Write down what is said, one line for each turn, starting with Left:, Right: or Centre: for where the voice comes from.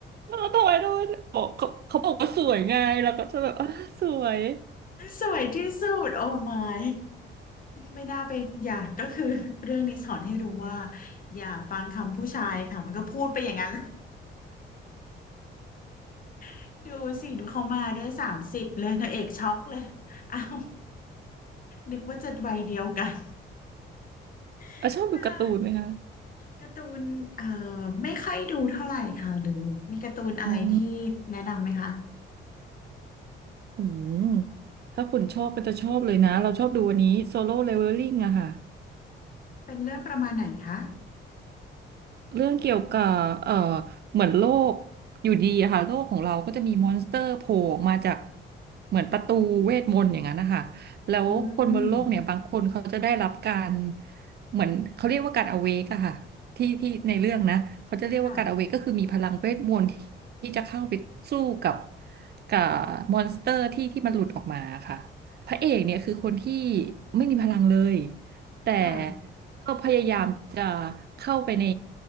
Right: เออทำไมทำไมบอกเขาเขาบอกว่าสวยไงเราก็จะแบบอ่าสวย
Left: สวยที่สุดโอ้ my ไม่น่าไปอย่าก็คือเรื่องนี้สอนให้รู้ว่าอย่าฟังคำผู้ชายค่ะมันก็พูดไปอย่างนั้น <laughs> ดูสิดูเขามาด้วยสามสิบเลยนางเอกช็อกเลย <laughs> เอาวนึกว่าจะวัยเดียวกัน <laughs>
Right: อ่ะชอบดูการ์ตูนไหมคะ
Left: เวลาการ์ตูนเอ่อไม่ค่อยดูเท่าไหร่ค่ะหรือมีการ์ตูนอะไรที่แนะนำไหมคะ
Right: อืมอืมถ้าคุณชอบก็จะชอบเลยนะเราชอบดูวันนี้โซโล่เลเวลลิ่งอะค่ะ
Left: เป็นเรื่องประมาณไหนคะ
Right: เรื่องเกี่ยวกับเอ่อเหมือนโลกอยู่ดีอะค่ะโลกของเราก็จะมีมอนสเตอร์โผล่ออกมาจากเหมือนประตูเวทมนต์อย่างนั้นนะคะแล้วคนบนโลกเนี่ยบางคนเขาจะได้รับการ
Left: อืม
Right: เหมือนเขาเรียกว่าการอเวกอะค่ะที่ที่ในเรื่องนะเขาจะเรียกว่าการอเวกก็คือมีพลังเวทมนต์ที่ที่จะเข้าไปสู้กับ
Left: ค่ะ
Right: กับมอนสเตอร์ที่ที่มันหลุดออกมาค่ะพระเอกเนี่ยคือคนที่ไม่มีพลังเลยแต่
Left: ค่ะ
Right: ก็พยายามจะเข้าไปใน